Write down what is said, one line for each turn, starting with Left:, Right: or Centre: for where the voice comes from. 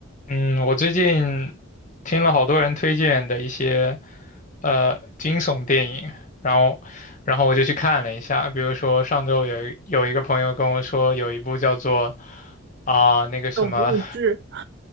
Left: 嗯，我最近听了好多人推荐的一些呃惊悚电影，然后然后我就去看了一下，比如说上周有一有一个朋友跟我说有一部叫做啊、那个什么
Right: 种物质，